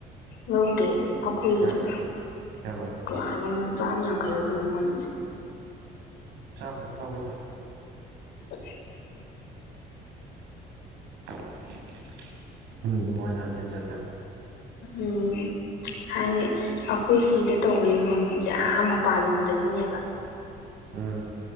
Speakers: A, on the left (about 90°); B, on the right (about 85°).
A: ꯂꯧꯗꯦ ꯑꯩꯈꯣꯏꯒꯤꯗꯨꯗ
B: ꯀꯌꯥ ꯀꯌꯥ ꯂꯧꯕ
A: ꯀ꯭ꯌꯥꯅꯣ ꯆꯥꯝ ꯌꯥꯡꯈꯩꯔ ꯀꯩꯅꯣꯝ ꯑꯣꯏꯕꯅꯤ
B: ꯆꯥꯝ ꯈꯛꯇ ꯂꯧꯋꯤꯗ
A: <unintelligible>
B: <unintelligible> ꯑꯗꯨꯗꯝ ꯃꯃꯟ ꯌꯥꯝ ꯍꯦꯟꯖꯜꯂꯦ
A: ꯎꯝ ꯍꯥꯏꯗꯤ ꯑꯩꯈꯣꯏ ꯁꯤꯗ ꯇꯧꯔꯤꯕ ꯃꯃꯜꯁꯦ ꯑꯥ ꯃꯄꯥꯟꯂꯣꯝꯗꯒꯤꯅꯦꯕ
B: ꯎꯝ